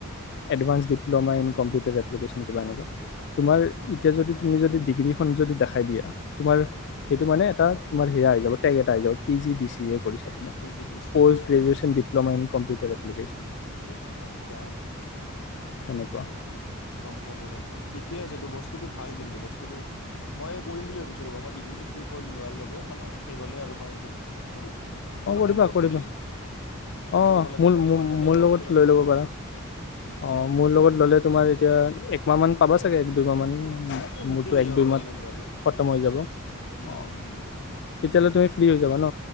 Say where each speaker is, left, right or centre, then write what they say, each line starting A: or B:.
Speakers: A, on the left (about 55°); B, on the left (about 70°).
A: এডভ্স ডিপ্লমা ইন কম্পিউটাৰ এপলিকেশন কিবা এনেকুৱা
B: আচ্ছা
A: তোমাৰ
B: আচ্ছা
A: এতিয়া
B: গম
A: যদি তুমি যদি ডি ডিগ্ৰীখন যদি দেখাই দিয়া তোমাৰ সেইটো মানে এটা তোমাৰ সেয়া আহি যাব টেক এটা আহি যাব P G D C A কৰিছে তুমি
B: P G D C
A: post
B: A অঁ
A: গ্ৰেজুৱেচন ডিপ্লমা কম্পিউটাৰ এপ্লিকেশ্যন
B: আচ্ছা
A: সেনেকুৱা
B: গম পালো গম পালো ঠিকে আছে ত বস্তুটো ভাল কিন্তু বস্তুটো কিন্তু মই কৰিম বুলি ভাবিছো ৰ'বা মই ডিগ্ৰীটো শেষ হল লোৱাৰ লগে মানে শেষ হ'লে আৰু মই এইটো কৰিম। তোমাকে
A: অ' কৰিবা
B: মই
A: কৰিবা
B: সুধিম ক'ত
A: অ'
B: ল'ব লাগে
A: মোৰ
B: বা তোমাৰ তাতেও
A: মোৰ
B: ল'ব
A: লগত
B: পাৰোঁ তাতেও
A: লৈ ল'ব পাৰা
B: পাৰোঁ।
A: অ' মোৰ লগত ল'লে তোমাৰ তেওঁ একমাহ মান চাব হব দুইমাহান
B: অঁ তোমাৰতো শেষেই
A: মোৰটো
B: হৈ যাব
A: দুইমাহত
B: বাৰু মোৰ লোৱালৈ
A: খতম হৈ যাব অ তাতিয়ালে
B: উম হুম, হুম,
A: তুমি ফ্ৰী হৈ যাবা ন